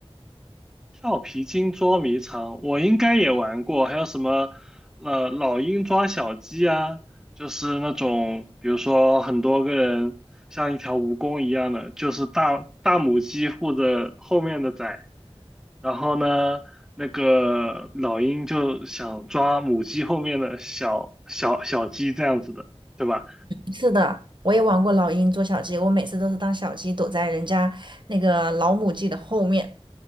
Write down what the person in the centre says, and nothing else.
跳皮筋捉迷藏，我应该也玩过，还有什么呃老鹰抓小鸡啊，就是那种比如说很多个人像一条蜈蚣一样的，就是大大母鸡护着后面的崽，然后呢那个老鹰就想抓母鸡后面的小小小鸡这样子的，对吧？